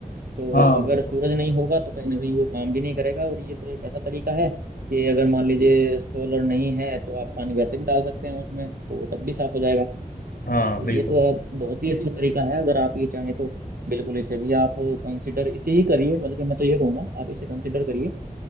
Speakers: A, on the right (about 80°); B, on the left (about 80°).
A: तो
B: हाँ
A: अगर
B: बिल्कुल
A: सूरज नहीं होगा तो कहीं ना कहीं वो काम भी नहीं करेगा और ये तो एक ऐसा तरीका है कि अगर मान लीजिए सोलर नहीं है तो आप पानी वैसे भी डाल सकते हैं उसमें तो वो तब भी साफ हो जाएगा
B: हाँ
A: तो
B: बिल्कुल
A: ये तो आप बहुत ही अच्छा तरीका है अगर आप ये चाहें तो बिल्कुल इसे भी आप कंसिडर इसे ही करिए बल्कि मैं तो ये कहूँगा आप इसे कंसिडर करिए